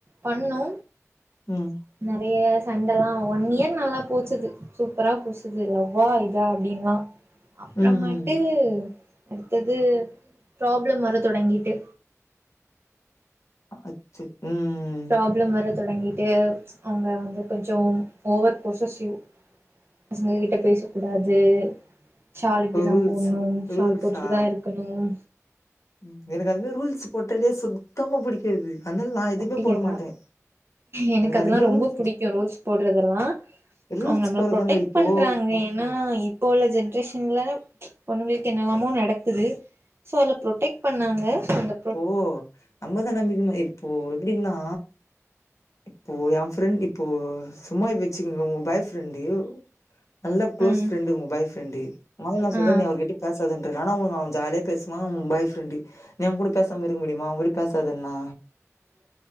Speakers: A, on the right; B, on the left.
A: பண்ணோ
B: ம்
A: நறைய சண்டலா ஒன் இயர் நல்லா போச்சுது சூப்பரா புதுசுது லவ்வா இதா அப்டீன்லா அப்புறோமேட்டு
B: ம் ம்
A: அடுத்தது ப்ராப்ளம் வர தொடங்கிட்டு
B: அச் உம்
A: ப்ராப்ளம் வர தொடங்கிட்டு அவுங்க வந்து கொஞ்சோ ஓவர் பொசஸிவ் பசங்க கிட்ட பேச கூடாது ஷால் இப்டிதா
B: ரூல்ஸ்
A: போட்ணு ஷால்
B: ரூல்ஸா
A: போட்டுட்டுதா இருக்கணும்
B: ம் எனக்கு அதுமே ரூல்ஸ் போட்டாலயே சுத்தமா பிடிக்காது அதனால நா எதுவுமே
A: அப்டியா
B: போட மாட்டே
A: எனக்கு அதெல்லா
B: அதுமாரி
A: ரொம்ப
B: ரூல்ஸ்
A: பிடிக்கோ ரூல்ஸ் போடுறதெல்லா
B: ரூல்ஸ்
A: அவுங்க நம்மள
B: போறதுல்ல
A: ப்ரொடெக்ட்
B: இப்போ
A: பன்றாங்க ஏன்னா இப்போ உள்ள ஜென்ரேஷன்ல பொண்ணுங்குளுக்கு என்னெல்லாமோ நடக்குது சோ அ ப்ரொடெக்ட் பண்ணாங்க அந்த ப்ரோ
B: ஓ நம்மதான் நம்பிக்கனும் இப்போ எப்டின்னா இப்போ என் ஃப்ரெண்ட் இப்போ சும்மா வெச்சுக்கோங்க உங்க பாய் ஃப்ரெண்டு நல்லா க்ளோஸ்
A: ம்
B: ஃப்ரெண்டு உங்க பாய்ப்ரெண்டு மரவ சொல்றே
A: ஆ
B: நீ அவரு கிட்ட பேசாதுன ஆனா ஜாலியா பேச மா ஊன் பாய் ஃப்ரெண்டு நீ அவன் கூட பேசாம இருக்க முடியுமா அவன் கூட பேசாதனா